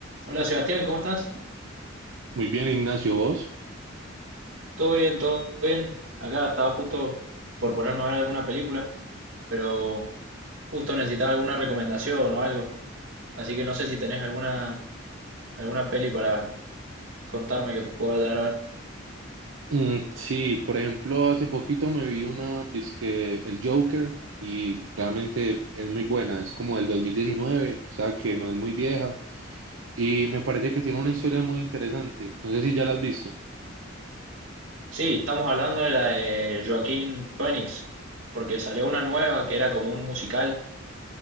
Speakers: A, on the right (about 70°); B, on the right (about 80°).
A: Hola Sebastián, ¿cómo estás?
B: Muy bien, Ignacio, ¿vos?
A: ¿Todo bien? ¿Todo bien? Acá estaba justo por ponerme a ver alguna película, pero justo necesitaba alguna recomendación o algo. Así que no sé si tenés alguna, alguna peli para contarme que pueda llegar a ver.
B: Mm, sí, por ejemplo, hace poquito me vi una, dizque el Joker, y realmente es muy buena, es como del dos mil diecinueve o sea que no es muy vieja, y me parece que tiene una historia muy interesante, no sé si ya la has visto.
A: Sí, estamos hablando de la de Joaquín Phoenix, porque salió una nueva que era como un musical